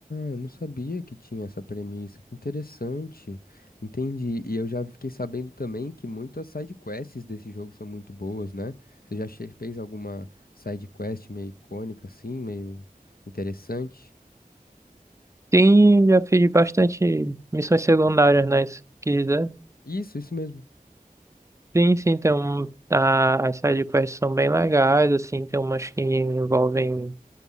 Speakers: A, on the left; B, on the right.
A: eu não sabia que tinha essa premissa. Que interessante. Entendi. E eu já fiquei sabendo também que muitas side quests desse jogo são muito boas, né? Você já che- fez alguma side quest meio icônica assim, meio interessante?
B: Sim, já fiz bastante missões secundárias, né? Se quiser.
A: Isso, isso mesmo.
B: Sim, sim, tem um, a, as side quests são bem legais, assim, tem umas que envolvem